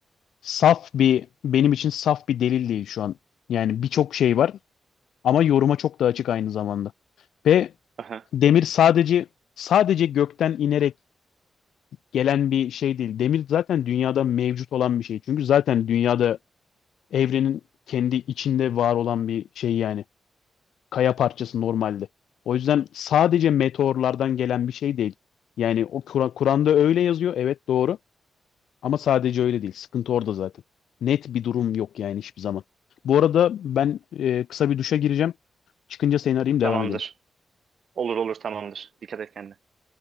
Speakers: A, on the left; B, on the right.
A: saf bir benim için saf bir delil değil şu an. Yani birçok şey var ama yoruma çok da açık aynı zamanda. Ve
B: <laughs>
A: demir sadece sadece gökten inerek gelen bir şey değil. Demir zaten dünyada mevcut olan bir şey. Çünkü zaten dünyada evrenin kendi içinde var olan bir şey yani. Kaya parçası normalde. O yüzden sadece meteorlardan gelen bir şey değil. Yani o Kur'an- Kur'an'da öyle yazıyor. Evet doğru. Ama sadece öyle değil. Sıkıntı orada zaten. Net bir durum yok yani hiçbir zaman. Bu arada ben e, kısa bir duşa gireceğim. Çıkınca seni arayayım devam
B: Tamamdır.
A: edelim.
B: Olur olur tamamdır. Dikkat et kendine.